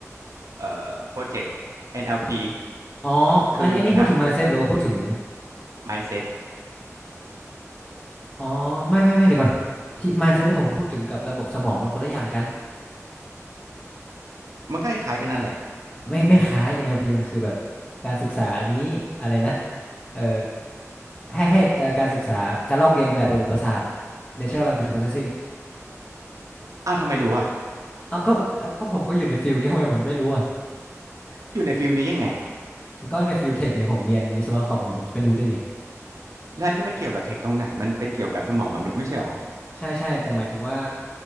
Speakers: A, on the right; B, on the left.
A: เอ่อโปรเจกต์ NLP
B: อ๋ออันอันนี้พูดถึง
A: คือการ
B: mindset หรือว่าพูดถึง
A: mindset
B: อ๋อไม่ไม่ไม่เดี๋ยวก่อนที่ mindset ที่ผมพูดถึงกับระบบสมองมันคนละอย่างกัน
A: มันก็คล้ายๆกันนั่นแหละ
B: ไม่ไม่คล้าย NLP มันคือแบบการศึกษาอันนี้อะไรนะเอ่อให้ให้เอ่อการศึกษาการลอกเรียนแบบระบบประสาท Natural Language Processing
A: อ้าวทำไมรู้อ่ะ
B: เอาก็เอาก็ผมก็อยู่ในฟิลนี้ทำไมผมจะไม่รู้อ่ะ
A: อยู่ในฟิลนี้ยังไง
B: มันก็ในฟิลเทคไงผมเรียนวิศวะคอมไงผมจะไม่รู้ได้ไง
A: แล้วอันที่มันเกี่ยวกับเทคตรงไหน มันเป็นเกี่ยวกับสมองมนุษย์ไม่ใช่หรอ
B: ใช่ใช่แต่หมายถึงว่า